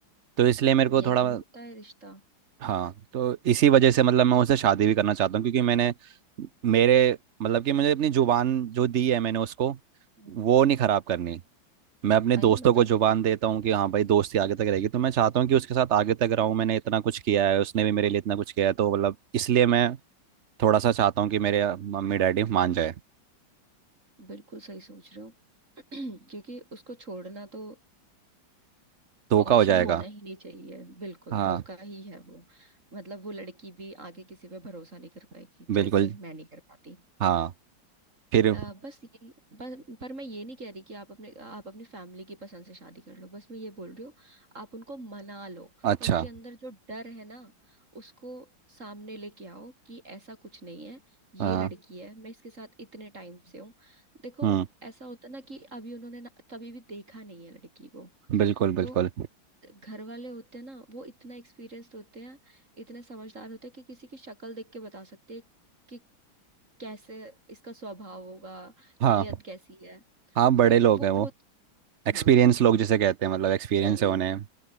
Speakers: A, on the right; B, on the right.
A: तो इसलिए मेरे को
B: यही
A: थोड़ा
B: होता है रिश्ता
A: हाँ तो इसी वजह से मतलब मैं उससे शादी भी करना चाहता हूँ क्योंकि मैंने मेरे मतलब कि मुझे अपनी जुबान जो दी है मैंने उसको
B: हम्म।
A: वो नहीं खराब करनी मैं अपने दोस्तों
B: अरे मतलब
A: को जुबान देता हूँ कि हाँ भाई दोस्ती आगे तक रहेगी तो मैं चाहता हूँ कि उसके साथ आगे तक रहूँ मैंने इतना कुछ किया है उसने भी मेरे लिए इतना कुछ किया है तो मतलब इसलिए मैं थोड़ा सा चाहता हूँ कि मेरे मम्मी डैडी मान जाए
B: बिल्कुल सही सोच रहे हो <clears throat> क्योंकि उसको छोड़ना तो
A: धोखा
B: ऑप्शन
A: हो जाएगा
B: होना ही नहीं चाहिए बिल्कुल
A: हाँ
B: धोखा ही है वो मतलब वो लड़की भी आगे किसी पे भरोसा नहीं कर पाएगी जैसे
A: बिल्कुल
B: मैं नहीं कर पाती
A: हाँ फिर
B: अ, बस यही बस पर मैं ये नहीं कह रही कि आप अपने आप अपनी फैमिली की पसंद से शादी कर लो बस मैं ये बोल रही हूँ आप उनको मना लो
A: अच्छा
B: उनके अंदर जो डर है ना उसको सामने लेके आओ कि ऐसा कुछ नहीं है ये
A: हाँ
B: लड़की है मैं इसके साथ इतने टाइम से हूँ देखो
A: हम्म
B: ऐसा होता ना कि अभी उन्होंने ना कभी भी देखा नहीं है लड़की को
A: बिल्कुल बिल्कुल
B: तो घर वाले होते हैं ना वो इतना एक्सपीरियंस्ड होते हैं इतने समझदार होते हैं कि किसी की शक्ल देख के बता सकते हैं कि कैसे इसका स्वभाव होगा
A: हाँ
B: नीयत कैसी है
A: हाँ बड़े
B: तो
A: लोग
B: वो
A: हैं वो
B: खुद
A: एक्सपीरियंस
B: हाँ बिल्कुल
A: लोग जिसे कहते हैं मतलब एक्सपीरियंस
B: वही
A: है उन्हें